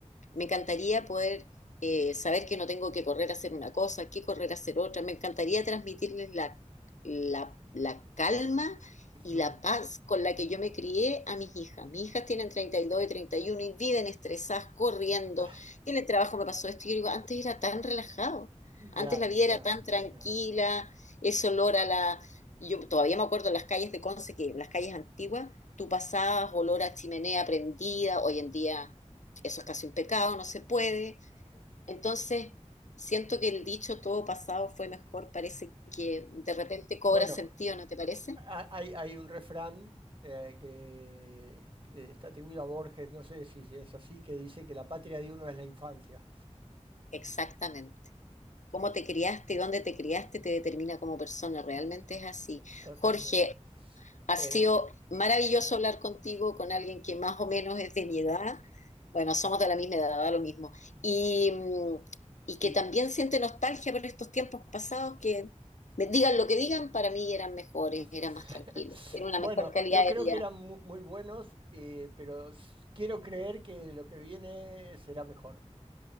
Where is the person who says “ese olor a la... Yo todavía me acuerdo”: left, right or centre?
Left